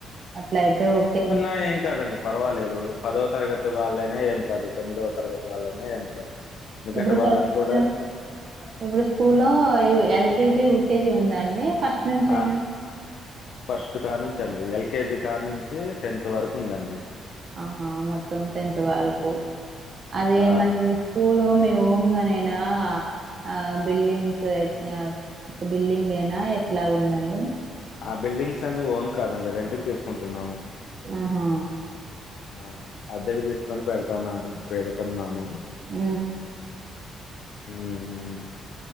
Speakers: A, on the right (about 50°); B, on the left (about 70°).
A: అట్లయితే ఓకే అం
B: ఆ ఏం కాదండి పర్వాలేదు పదవ తరగతి వాళ్ళైనా ఏం కాదు తొమ్మిదవ తరగతి వాళ్ళైనా ఏం కాదు ఎందుకంటే
A: ఇప్పుడు
B: వాళ్ళకు
A: ఫస్ట్
B: కూడా
A: ఇప్పుడు స్కూల్లో ఎల్కేజీ యుకేజీ ఉందాండి ఫస్ట్ నుంచేనా
B: ఆ ఫస్ట్ కానుంచండి ఎల్కేజీ కానుంచి టెన్త్ వరకు ఉందండి
A: ఆహా మొత్తం టెన్త్ వరకు అదే
B: ఆ
A: మరి స్కూల్ మీ ఓన్ గా నైనా ఆ బిల్డింగ్స్ ఒక బిల్డింగ్ ఎనా ఎట్లాగ ఉందండి
B: ఆ బిల్డింగ్స్ అన్ని ఓన్ కాదండి రెంట్ కి తీసుకుంటున్నాము
A: ఆహా
B: ఆ అద్దెకు తీసుకొని పెడతామా పెడుతున్నాము
A: ఉ
B: ఉ ఉ